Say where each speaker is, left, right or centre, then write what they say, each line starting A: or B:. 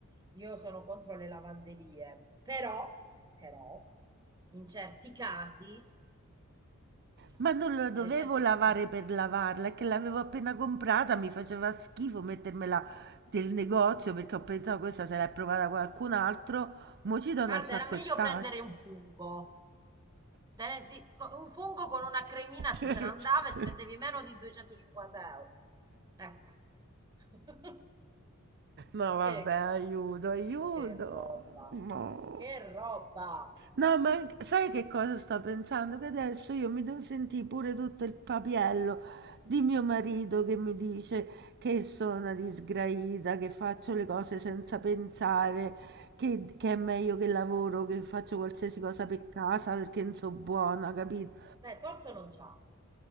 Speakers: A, on the right (about 15°); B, on the right (about 50°).
A: io sono contro le lavanderie, però, però, in certi casi, cioè,
B: Ma non la dovevo
A: 250,
B: lavare per lavarla, è che l'avevo appena comprata, mi faceva schifo mettermela del negozio perché ho pensato questa se l'è provata qualcun altro, mo ci do
A: guarda,
B: una sciacquettata.
A: era meglio prendere un fungo, Te ne zi- co- un fungo con una cremina te
B: <laughs>
A: se ne andava e spendevi meno di 250 euro. Ecco. <laughs>
B: No
A: Che,
B: vabbè, aiuto, aiuto.
A: che roba,
B: No.
A: che roba.
B: No, ma sai che cosa sto pensando? Che adesso io mi devo sentire pure tutto il papiello di mio marito che mi dice che sono una disgraida, che faccio le cose senza pensare, che, che è meglio che lavoro, che faccio qualsiasi cosa per casa perché non so buona, capito?
A: Beh, torto non c'ha.